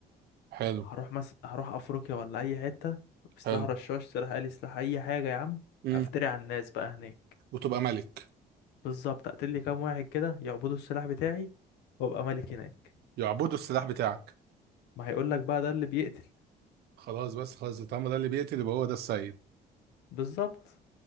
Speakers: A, on the right; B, on the left.
A: حلو
B: هروح مس... هروح افريقيا ولا اي حته بسلاح
A: حلو
B: رشاش سلاح آلي سلاح اي حاجه يا عم
A: امم
B: افتري على الناس بقى هناك
A: وتبقى ملك
B: بالظبط اقتل لي كام واحد كده يعبدوا السلاح بتاعي وابقى ملك هناك
A: يعبدوا السلاح بتاعك
B: ما هيقول لك بقى ده اللي بيقتل
A: خلاص بس خلاص طالما ده اللي بيقتل يبقى هو ده السيد
B: بالظبط